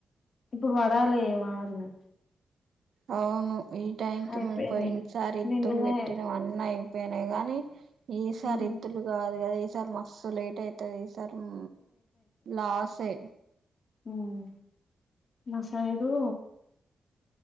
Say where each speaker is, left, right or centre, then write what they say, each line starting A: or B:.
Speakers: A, on the left; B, on the right.
A: ఇప్పుడు పడాలి ఈ వానలు.
B: అవును ఈ టైంకి
A: అయిపోయినాయి
B: మేము పోయినసారి ఇత్తులు
A: నిన్ననే
B: పెట్టిన్నం అన్ని అయి పోయినయ్ గానీ ఈసారి
A: ఉమ్,
B: ఇత్తులు కాదు కదా ఈసారి మస్తు లేట్ అయితది తరం లోసే
A: హ్మ్ మా సైడు.